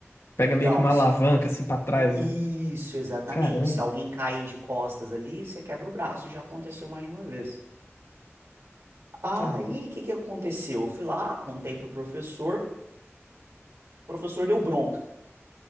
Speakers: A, on the left; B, on the right.
A: Pega
B: Então,
A: meio que uma
B: se-
A: alavanca assim pra trás.
B: i- isso, exatamente.
A: Caramba,
B: Se alguém cair de costas ali, você quebra o braço, e já aconteceu mais de uma vez. Aí,
A: caramba.
B: o que que aconteceu? Eu fui lá, contei pro professor, o professor deu bronca.